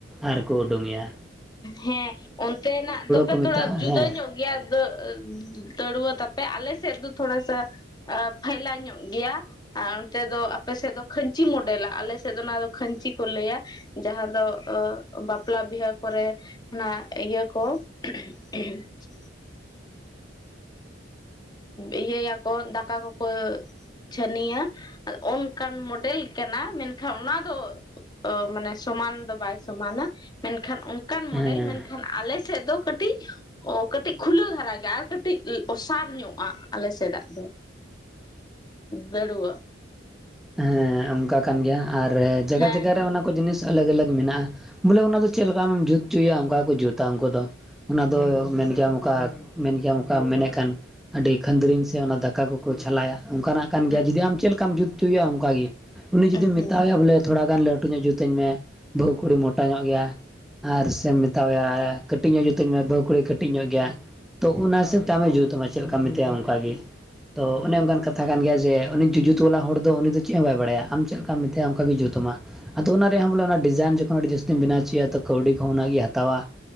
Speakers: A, in the centre; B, on the left.
A: ᱟᱨᱠᱚ ᱚᱰᱚᱝᱮᱭᱟ
B: ᱦᱮᱸ ᱚᱱᱛᱮᱱᱟᱜ ᱫᱚᱠᱟ
A: ᱠᱚ ᱢᱮᱛᱟᱜᱼᱟ
B: ᱛᱷᱚᱲᱟ ᱡᱩᱫᱟᱹ
A: ᱦᱮᱸ
B: ᱧᱚᱜ ᱜᱮᱭᱟ ᱾ ᱫᱟᱹᱜᱼᱟ. ᱫᱟᱹᱲᱩᱣᱟᱹ ᱛᱟᱯᱮ ᱟᱞᱮ ᱥᱮᱫ ᱫᱚ ᱛᱷᱚᱲᱟᱥᱟ ᱟ ᱯᱷᱟᱭᱞᱟ ᱧᱚᱜ ᱜᱮᱭᱟ ᱟᱨ ᱚᱱᱛᱮ ᱫᱚ ᱟᱯᱮ ᱥᱮᱫ ᱫᱚ ᱠᱷᱟᱹᱧᱪᱤ ᱢᱚᱰᱮᱞᱟ, ᱟᱞᱮ ᱥᱮᱫ ᱫᱚ ᱚᱱᱟ ᱫᱚ ᱠᱷᱟᱹᱧᱪᱤ ᱠᱚ ᱞᱟᱹᱭᱟ ᱡᱟᱦᱟᱸ ᱫᱚ ᱵᱟᱯᱞᱟ ᱵᱤᱦᱟᱹ ᱠᱚᱨᱮ ᱚᱱᱟ ᱤᱭᱟᱹ ᱠᱚ <unintelligible> ᱮᱻ ᱤᱭᱟᱹᱭᱟᱠᱚ ᱫᱟᱠᱟ ᱠᱚᱠᱚ ᱪᱷᱟᱹᱱᱤᱭᱟᱹ ᱟᱨ ᱚᱱᱠᱟᱱ ᱢᱚᱰᱮᱹᱞ ᱠᱟᱱᱟ ᱢᱮᱱᱠᱷᱟᱱ ᱚᱱᱟ ᱫᱚ ᱚ ᱢᱟᱱᱮ ᱥᱚᱢᱟᱱ ᱫᱚ ᱵᱟᱭ ᱥᱚᱢᱟᱱᱟ ᱢᱮᱱᱠᱷᱟᱱ ᱚᱱᱠᱟᱱ
A: ᱦᱮᱸ
B: ᱢᱚᱰᱮᱞ ᱢᱮᱱᱠᱷᱟᱱ ᱟᱞᱮᱥᱮᱫ ᱫᱚ ᱠᱟᱹᱴᱤᱡ ᱠᱟᱹᱴᱤᱡ ᱠᱷᱩᱞᱟᱹᱣ ᱫᱷᱟᱨᱟ ᱜᱮ ᱠᱟᱹᱴᱤᱡ ᱚᱥᱟᱨ ᱧᱚᱜᱼᱟ ᱟᱞᱮ ᱥᱮᱫᱟᱜ ᱫᱚ ᱫᱟᱹᱲᱩᱣᱟᱹ
A: ᱦᱮᱸ ᱚᱱᱠᱟ ᱠᱟᱱ ᱜᱮᱭᱟ ᱟᱨ ᱡᱟᱜᱟ
B: ᱦᱮᱸ
A: ᱡᱟᱜᱟ ᱨᱮ ᱠᱩᱪ ᱡᱤᱱᱤᱥ ᱟᱞᱟᱜᱽ ᱟᱞᱟᱜᱽ ᱢᱮᱱᱟᱜᱼᱟ ᱵᱚᱞᱮ ᱚᱱᱟ ᱫᱚ ᱪᱮᱫ ᱞᱮᱠᱟ ᱟᱢᱮᱢ ᱡᱩᱛ ᱦᱚᱪᱚᱭᱟ ᱚᱱᱠᱟ ᱜᱮ ᱠᱚ ᱡᱩᱛᱟ ᱩᱱᱠᱩ ᱫᱚ ᱚᱱᱟ ᱫᱚ ᱢᱮᱱ ᱜᱮᱭᱟᱢ ᱚᱠᱟ ᱢᱮᱱ ᱜᱮᱭᱟᱢ ᱚᱠᱟᱢ ᱢᱮᱱᱮᱫ ᱠᱷᱟᱱ ᱟᱰᱤ ᱠᱷᱟᱸᱫᱽᱨᱤᱝ ᱥᱮ ᱚᱱᱟ ᱫᱟᱠᱟ ᱠᱚᱠᱚ ᱪᱷᱟᱞᱟᱭᱟ ᱚᱱᱠᱟᱱᱟᱜ ᱠᱟᱱ
B: ᱦᱮᱸ
A: ᱜᱮᱭᱟ ᱡᱩᱫᱤ ᱟᱢ ᱪᱮᱫ ᱞᱮᱠᱟᱢ ᱡᱩᱛ ᱦᱩᱪᱩᱭᱟ ᱚᱱᱠᱟ ᱜᱤ ᱩᱱᱤ ᱡᱩᱫᱤᱢ
B: ᱦᱮᱸ
A: ᱢᱮᱛᱟᱣᱟᱭᱟ ᱵᱚᱞᱮ ᱛᱷᱚᱲᱟ ᱜᱟᱱ ᱞᱟᱹᱴᱩ ᱧᱚᱜ ᱡᱩᱛ ᱢᱤᱛᱟᱹᱧ ᱢᱮ ᱵᱟᱹᱦᱩ ᱠᱩᱲᱤ ᱢᱚᱴᱟ ᱧᱚᱜ ᱜᱮᱭᱟ ᱟᱨ ᱥᱮᱢ ᱢᱮᱛᱟᱣᱟᱭᱟ ᱠᱟᱹᱴᱤᱡ ᱧᱚᱜ ᱡᱩᱛ ᱟᱹᱧ ᱢᱮ ᱵᱟᱹᱦᱩ ᱠᱩᱲᱤ ᱠᱟᱹᱴᱤᱡ ᱧᱚᱜ ᱜᱮᱭᱟ ᱛᱚ ᱩᱱᱟ ᱦᱤᱥᱟᱹᱵᱽ ᱛᱮ ᱟᱢᱮ ᱡᱩᱛ ᱟᱢᱟ ᱪᱮᱫ ᱞᱮᱠᱟᱢ ᱢᱮᱛᱟᱭᱟ ᱩᱝᱠᱟ ᱜᱮ ᱾ ᱛᱚ ᱚᱱᱮ ᱚᱱᱠᱟᱱ ᱠᱟᱛᱷᱟ ᱠᱟᱱ ᱜᱮᱭᱟ ᱡᱮ ᱩᱱᱤ ᱡᱩᱡᱩᱛ ᱵᱟᱞᱟ ᱦᱚᱲ ᱫᱚ ᱟᱫᱚ ᱩᱱᱤ ᱫᱚ ᱪᱮᱫ ᱦᱚᱸ ᱵᱟᱭ ᱵᱟᱲᱟᱭᱟ ᱟᱢ ᱪᱮᱫ ᱞᱮᱠᱟᱢ ᱢᱮᱛᱟᱭᱟ ᱚᱱᱠᱟ ᱜᱮᱭ ᱡᱩᱛ ᱟᱢᱟ ᱟᱫᱚ ᱚᱱᱟ ᱨᱮᱭᱟᱜ ᱦᱚᱸ ᱵᱚᱞᱮ ᱚᱱᱟ ᱰᱤᱡᱟᱭᱤᱱ ᱡᱚᱠᱷᱚᱱ ᱟᱹᱰᱤ ᱡᱟᱹᱥᱛᱤᱢ ᱵᱮᱱᱟᱣ ᱚᱪᱚᱮᱭᱟ ᱛᱚ ᱠᱟᱹᱣᱰᱤ ᱠᱚᱸᱦᱚᱸ ᱩᱱᱟᱹᱜ ᱜᱤ ᱦᱟᱛᱟᱣᱟ